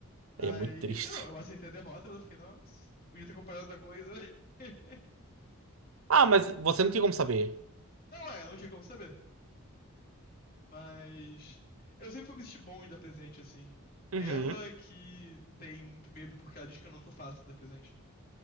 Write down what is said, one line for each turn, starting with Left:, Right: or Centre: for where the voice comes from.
Left: Aí,
Right: Aí é muito triste.
Left: eu não, eu aceitei a derrota, mas eu fiquei, nossa, podia ter comprado outra coisa, né? <laughs>
Right: Ah, mas você não tinha como saber.
Left: Não é, não tinha como saber. Mas eu sempre fui me sentir bom de dar presente, assim.
Right: Uhum.
Left: Ela que tem muito medo porque ela diz que eu não sou fácil de dar presente.